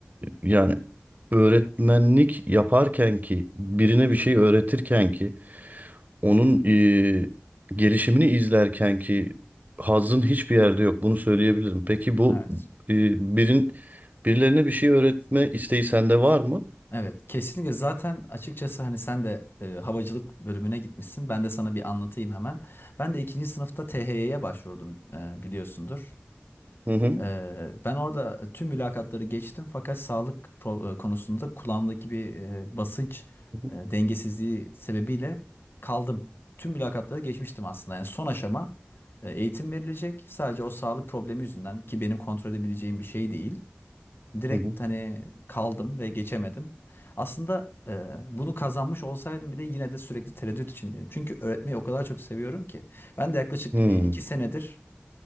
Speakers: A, on the right (about 45°); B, on the left (about 65°).
A: yani öğretmenlik yaparken ki birine bir şey öğretirken ki onun eee, gelişimini izlerken ki hazzın hiçbir yerde yok. Bunu söyleyebilirim. Peki bu
B: Evet.
A: eee, birin birilerine bir şey öğretme isteği sende var mı?
B: Evet, kesinlikle zaten açıkçası hani sen de e, havacılık bölümüne gitmişsin. Ben de sana bir anlatayım hemen. Ben de ikinci sınıfta THY'ye başvurdum e, biliyorsundur.
A: Hı hı.
B: Ee, ben orada tüm mülakatları geçtim fakat sağlık pro- e, konusunda kulağımdaki bir e, basınç
A: Hı
B: e, dengesizliği sebebiyle kaldım. Tüm mülakatları geçmiştim aslında. Yani son aşama e, eğitim verilecek. Sadece o sağlık problemi yüzünden ki benim kontrol edebileceğim bir şey değil. Direkt
A: hı.
B: hani kaldım ve geçemedim. Aslında e, bunu kazanmış olsaydım bile yine de sürekli tereddüt içindeyim. Çünkü öğretmeyi o kadar çok seviyorum ki. Ben de yaklaşık
A: Hı
B: e,
A: hı.
B: iki senedir